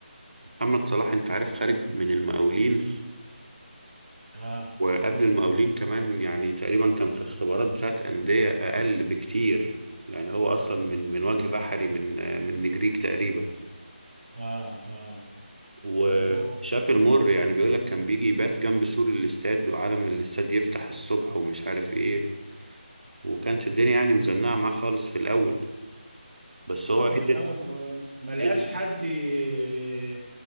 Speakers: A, on the right (about 55°); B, on the right (about 85°).
A: محمد صلاح انت عارف خارج من المقاولين
B: آه
A: وقبل المقاولين كمان يعني تقريبا كان في اختبارات بتاعت أندية أقل بكتير يعني هو أصلا من من وجه بحري من من نجريج تقريبا
B: آه, آه.
A: وشاف
B: و-
A: المر يعني بيقولك كان بيجي يبات جنب سور الاستاد وعلى ما الاستاد يفتح الصبح ومش عارف ايه وكانت الدنيا يعني مزنقة معاه خالص في الأول بس هو
B: قبل
A: قدر
B: الاول ما لقاش
A: قدر
B: حد ي-